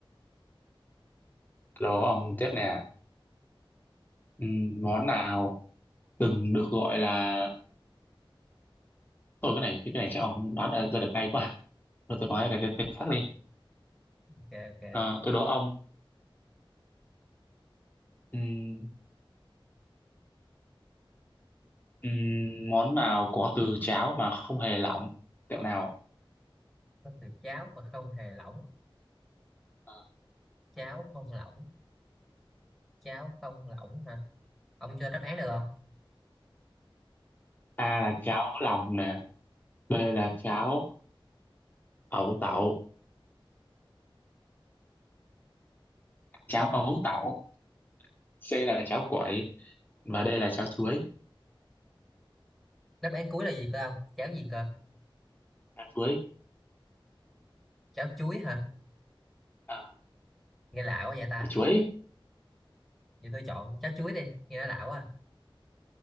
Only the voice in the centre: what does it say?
ok ok
có từ cháo mà không hề lỏng
cháo không lỏng cháo không lỏng hả ông cho đáp án được không
đáp án cuối là gì cơ ông cháo gì cơ
cháo chuối hả
nghe lạ quá vậy ta
vậy tôi chọn cháo chuối đi nghe nó lạ quá à.